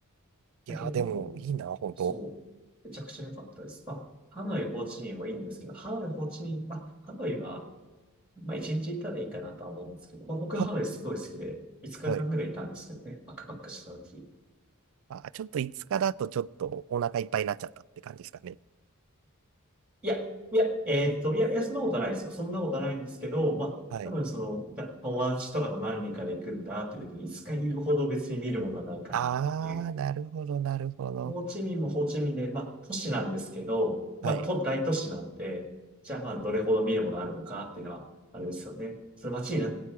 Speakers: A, on the right (about 65°); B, in the centre.
A: いやー、
B: だけど、
A: でも、いいな、ほんと。
B: そう。めちゃくちゃ良かったです。まあ、ハノイ、ホーチミンもいいんですけど、ハノイ、ホーチミン、まあ、ハノイは、まあ、一日行ったらいいかなとは思うんですけど、まあ、僕はハノイすごい好きで、
A: は、
B: 5日間ぐらいいたんですよね。
A: はい。
B: バックパックした時。
A: あ、ちょっと5日だとちょっとお腹いっぱいになっちゃったって感じですかね。
B: いや、いや、えーっと、いや、いや、そんなことないですよ。そんなことないんですけど、まあ、
A: はい。
B: 多分その、だ友達とかと何人かで行くんだっていう時に5日いるほど別に見るものはないかなっていう
A: ああ、なるほど、なるほど。
B: ホーチミンもホーチミンで、まあ、都市なんですけど、まあ、
A: はい。
B: 都、大都市なんで、じゃあ、まあ、どれほど見るものがあるのかっていうのは、あれですよね。その街にな、